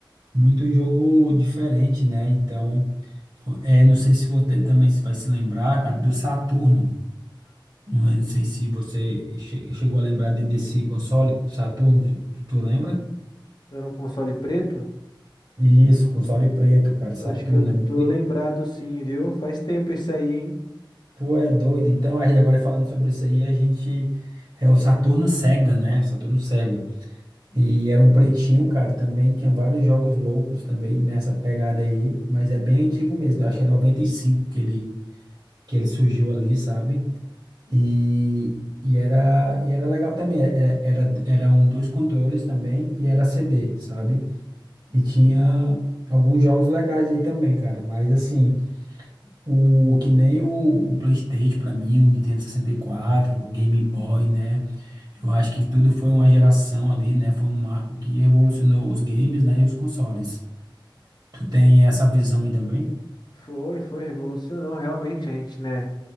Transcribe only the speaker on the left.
Era um console preto?
Acho que eu
tô lembrado sim, viu? Faz tempo esse aí, hein?
Foi, foi, revolucionou realmente a gente, né?